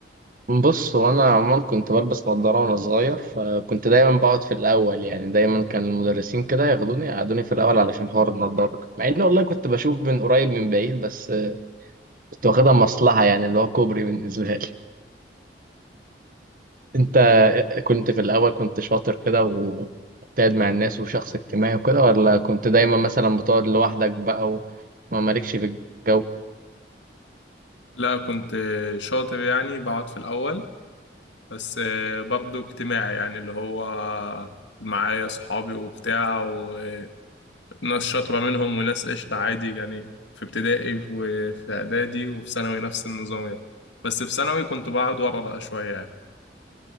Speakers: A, on the right; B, on the left.
A: بص هو انا عمال كنت بلبس نظاره وانا صغير فكنت دايما بقعد في الاول يعني دايما كان المدرسين كده ياخدوني يقعدوني في الاول علشان حوار النظاره ده مع ان والله كنت بشوف من قريب من بعيد بس كنت واخدها مصلحه يعني اللي هو كوبري بالنسبه لي <laughs> انت كنت في الاول كنت شاطر كده ومجتهد مع الناس وشخص اجتماعي وكده ولا كنت دايما مثلا بتقعد لوحدك بقى وما مالكش في الجو
B: لا كنت آه، شاطر يعني بقعد في الاول بس آه، برضو اجتماعي يعني اللي هو معايا صحابي وبتاع وناس شاطره منهم وناس قشطه عادي يعني في ابتدائي وفي اعدادي وفي ثانوي نفس النظام يعني بس في ثانوي كنت بقعد ورا بقى شويه يعني